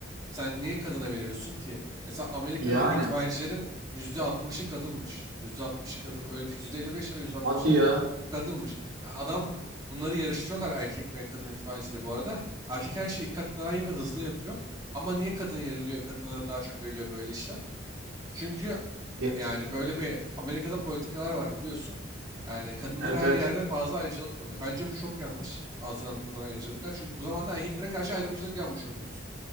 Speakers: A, on the right (about 20°); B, on the right (about 85°).
A: Sen niye kadına veriyorsun ki? Mesela Amerika'daki
B: Yani
A: itfaiyecilerin %60'ı kadınmış. %60'ı kadın. Öyle bir şey. %55 ya da %60'lı
B: hadi ya.
A: kadınmış. Ya Adam bunları yarıştırıyorlar erkek ve kadın itfaiyecileri bu arada. Erkek her şeyi iki kat daha iyi ve hızlı yapıyor. Ama niye kadın yeriliyor? Kadınlara daha çok veriliyor böyle işler. Çünkü
B: Ya,
A: yani böyle bir Amerika'da politikalar var biliyorsun. Yani kadınlara
B: Evet
A: her
B: evet.
A: yerde fazla ayrıcalık tanıyor. Bence bu çok yanlış. fazla tanınan ayrıcalıklar. Çünkü bu zaman da erkeklere karşı ayrımcılık yanmış oluyorsun.